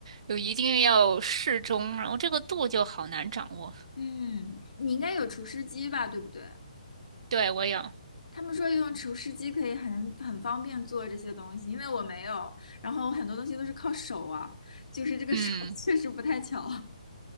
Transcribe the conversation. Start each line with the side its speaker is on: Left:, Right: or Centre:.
Right: 就一定要适中，然后这个度就好难掌握。
Left: 嗯，你应该有厨师机吧，对不对？
Right: 对，我有，
Left: 他们说用厨师机可以很很方便做这些东西，因为我没有，然后很多东西都是靠手啊，就是这个手
Right: 嗯。
Left: <laughs> 确实不太巧。